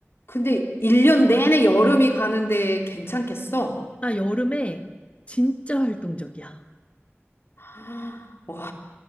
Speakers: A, on the left; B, on the left.
A: 근데 1년 내내 여름이 가는데 괜찮겠어?
B: 나 여름에 진짜 활동적이야.
A: <gasps>